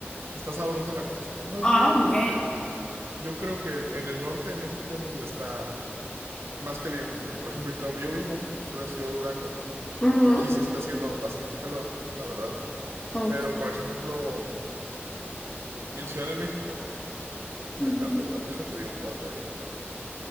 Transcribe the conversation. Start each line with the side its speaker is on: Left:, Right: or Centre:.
Right: está sabrosa la cosa. Más
Left: Ah,
Right: bien yo creo
Left: ok.
Right: que, yo creo que en, en el norte de México es donde está más caliente. Mira, por ejemplo, donde yo vivo, soy la ciudad de Durango.
Left: Ujú,
Right: Aquí sí está haciendo bastante calor, la verdad.
Left: Ok,
Right: Pero, por ejemplo, en Ciudad de México, mira,
Left: ujú,
Right: te voy a- déjate digo cuánto hay ahorita.